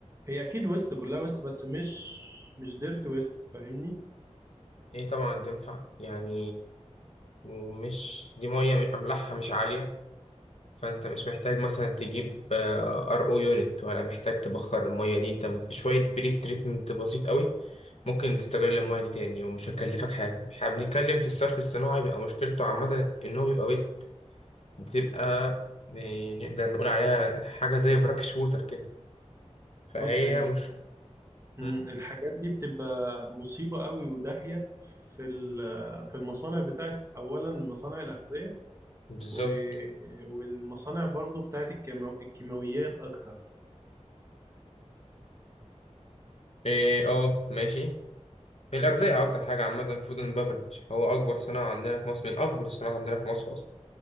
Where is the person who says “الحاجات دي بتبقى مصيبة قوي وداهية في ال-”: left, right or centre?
Right